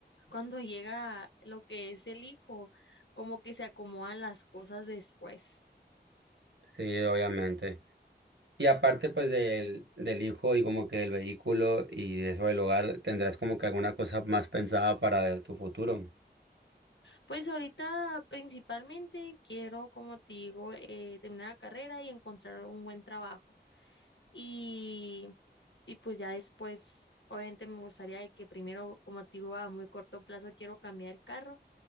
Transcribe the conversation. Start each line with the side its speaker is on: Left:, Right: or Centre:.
Left: cuando <laughs> llega lo que es el hijo, como que se acomodan las cosas después.
Right: Sí, obviamente. Y aparte, pues del, del hijo y como que el vehículo y eso del hogar, tendrás como que alguna cosa más pensada para tu futuro.
Left: Pues ahorita principalmente quiero, como te digo, eh, terminar la carrera y encontrar un buen trabajo. Y, y pues ya después, obviamente me gustaría de que primero, como te digo, a muy corto plazo quiero cambiar el carro